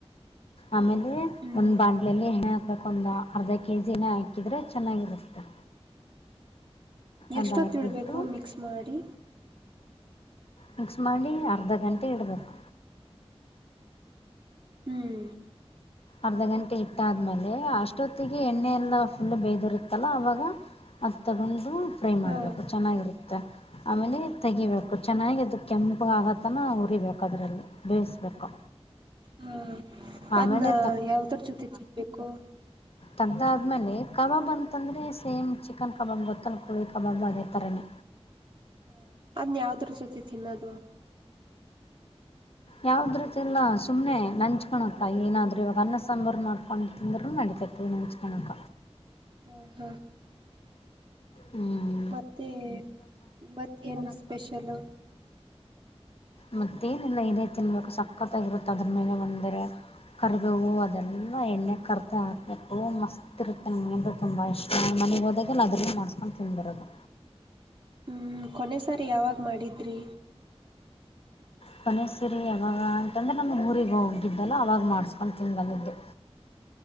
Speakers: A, on the left; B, on the right.
A: ಆಮೇಲೆ
B: ಹ್ಮ್
A: ಒಂದು ಬಾಂಡಲೆ ಹೆಣ್ಣೆಹಾಕು ಅದಕ್ಕೊಂದು ಅರ್ಧ ಕೆ ಜಿನೇ ಹಾಕಿದ್ರೆ ಚೆನ್ನಾಗಿರುತ್ತೆ
B: ಎಷ್ಟೊತ್ತ
A: ಅದು ಹಾಕಿಬಿಟ್ಟು
B: ಇಡಬೇಕು ಮಿಕ್ಸ್ ಮಾಡಿ
A: ಮಿಕ್ಸ್ ಮಾಡಿ ಅರ್ಧ ಗಂಟೆ ಇಡಬೇಕು
B: ಹ್ಮ್
A: ಅರ್ಧ ಗಂಟೆ ಇಟ್ಟಾದ್ಮೇಲೆ ಅಷ್ಟೊತ್ತಿಗೆ ಎಣ್ಣೆ ಎಲ್ಲಾ ಫುಲ್ ಬೇದಿರುತ್ತಲ್ಲ ಅವಾಗ ಅದ ತಗೊಂಡು ಫ್ರೈ ಮಾಡ್ಬೇಕು
B: ಹಾ
A: ಚೆನ್ನಾಗಿರುತ್ತ ಆಮೇಲೆ ತೆಗಿಬೇಕು ಚೆನ್ನಾಗಿ ಅದು ಕೆಂಪ ಆಗತ್ತನ ಉರಿಬೇಕು ಅದರಲ್ಲಿ ಬೇಯಿಸ್ಬೇಕು
B: ಹಾ
A: ಆಮೇಲೆ
B: ಅದ್ನ್ನ ಯಾವ್ದ್ರ ಜೊತೆ ತಿನ್ಬೇಕು
A: ತಗದಾದ್ಮೇಲೆ ಕಬಾಬ್ ಅಂತಂದರೆ ಸೇಮ್ ಚಿಕನ್ ಕಬಾಬ್ ಗೊತ್ತಲ್ ಕೋಳಿ ಕಬಾಬ ಅದೇ ಥರನೇ
B: ಹ ಅದ್ನ್ ಯಾವ್ದ್ರ ಜೊತೆ ತಿನ್ನೋದು <unintelligible>
A: ಯಾವ್ದ್ರತಿನ್ನ ಸುಮ್ಮನೆ ನಂಚಕೋಣಕ ಏನಾದ್ರೂ ಇವಾಗ ಅನ್ನ ಸಾಂಬಾರು ಮಾಡ ಒಂದು ತಿಂದರು ನಡೀತತ ನಂಚ್ಕನಕ
B: ಹ್ಮ ಹ್ಮ್.
A: ಹ್ಮ್.
B: ಮತ್ತೆ ಇವತ್ತ ಏನು ಸ್ಪೆಷಲ್.
A: ಮತ್ತ ಏನಿಲ್ಲ ಇದೇ ತಿನ್ಬೇಕು ಸಕ್ಕತ್ತಾಗಿರುತ್ತೆ ಅದ್ರ ಮೇಲೆ ಒಂದರೆ. ಕರಿಬವು ಅದೆಲ್ಲ ಎಣ್ಣೆ ಕರ್ತ ಹಾತ. ಯಕೋ ಮಸ್ತ್ ಇರುತ್ತೆ ನನಗೆಂದರೆ ತುಂಬ ಇಷ್ಟ ಮನೆಗೆ ಹೋದಾಗ ನ ಅದ್ರಲ್ಲಿ ಮಾಡಿಸ್ಕೊಂಡು ತಿಂದುಬರೋದು.
B: ಹ್ಞೂ ಕೊನೆ ಸಾರಿ ಯಾವಾಗ ಮಾಡಿದ್ರಿ
A: ಕೊನೆ ಸಿರಿ ಯಾವಾಗ ಅಂತಂದ್ರೆ ನಮ್ಮ ಊರಿಗೆ ಹೋಗಿದ್ದಲ್ಲ ಅವವಾಗ ಮಾಡಸ್ಕೊಂಡು ತಿಂದು ಬಂದಿದ್ದೆ